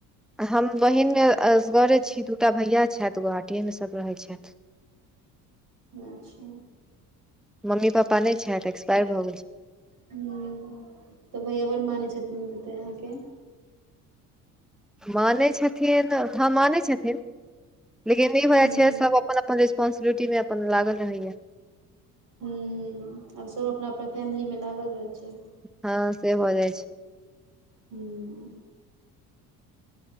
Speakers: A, in the centre; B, on the right (about 40°).
A: हम बहिनमे असगरे छी दू टा भैया छथि गुहाटीएमे सभ रहैत छथि
B: अच्छा
A: मम्मी पपा नहि छै तऽ एक्सपायर भऽ गेल छै
B: हूंम्म तऽ भैया बड़ मानै छथिन हेतै अहाँके
A: मानै छथिन हँ मानै छथिन लेकिन ई हो
B: हूं
A: छै सभ अपन अपन रिस्पोसिबिलिट मे अपन लागल रहैयै
B: हूंम्म आब सब अपना अपना फैमिली मे लागल रहै छै
A: हँ से भऽ जाइ छै
B: हूंम्म